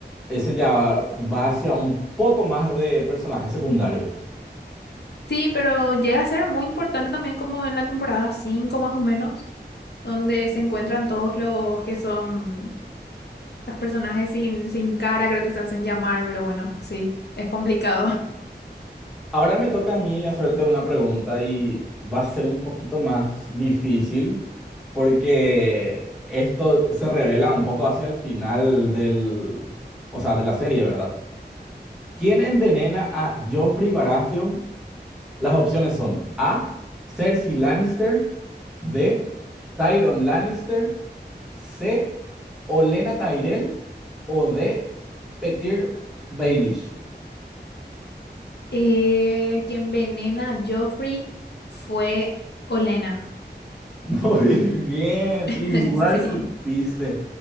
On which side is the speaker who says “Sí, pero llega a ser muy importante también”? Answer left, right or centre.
Left